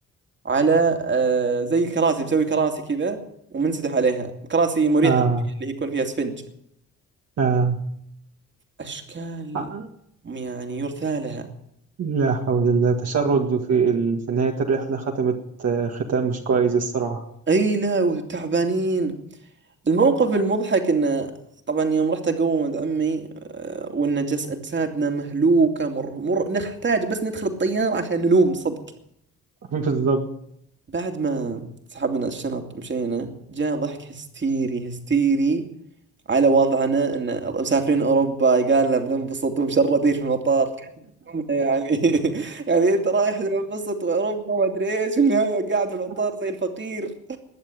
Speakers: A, on the right; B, on the right.
A: على آه زي كراسي مسوي كراسي كذا ومنسدح عليها كراسي مريحة
B: اه
A: شوية اللي هي يكون فيها اسفنج
B: اه
A: أشكال
B: آه.
A: يعني يرثى لها
B: لا حول الله تشرد في ال... في نهاية الرحلة ختمت آه، ختام مش كويس الصراحة
A: أي لا وتعبانين الموقف المضحك إنه طبعا يوم رحت أقوم عند عمي آه، وإن جس أجسادنا مهلوكة مر مر نحتاج بس ندخل الطيارة عشان ننوم صدق
B: <laughs> بالظبط
A: بعد ما سحبنا الشنط مشينا جاء ضحك هستيري هستيري على وضعنا ان مسافرين اوروبا قال لنا بننبسط ومشردين في المطار كنا يعني <laughs> يعني انت رايح تنبسط واوروبا ما ادري ايش والنهايه قاعد في المطار
B: <laughs>
A: زي الفقير